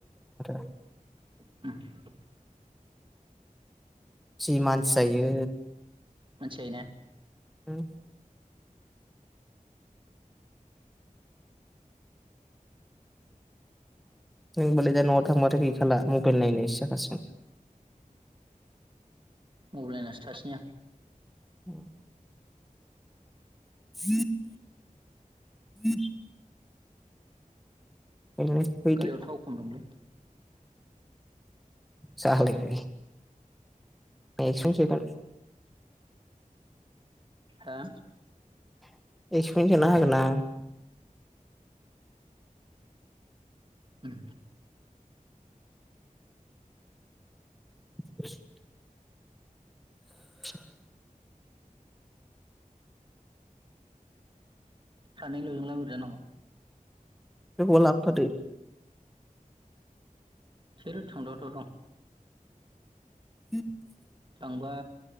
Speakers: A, in the centre; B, on the right.
A: <unintelligible>
B: <unintelligible>
A: जि मानसि जायो।
B: मानसि जायोना?
A: होम। नोंबालाय दा न'आव थांबाथाय गैखाला मबाइल नायनायसो जाखासिगोन।
B: अबलायनासो थासिनोया।
A: औ। <inaudible> <inaudible> ओंखायनो फैदो
B: गारियाव थाव खम दंलै।
A: जालायबाय <unintelligible>
B: हा?
A: <unintelligible>
B: उम
A: <inaudible> <inaudible>
B: सानैल'जोंलाय बोरै जानांग'?
A: सोरखौबा लाबोफादो।
B: सोर थांथावथाव दं?
A: <inaudible>
B: थांबा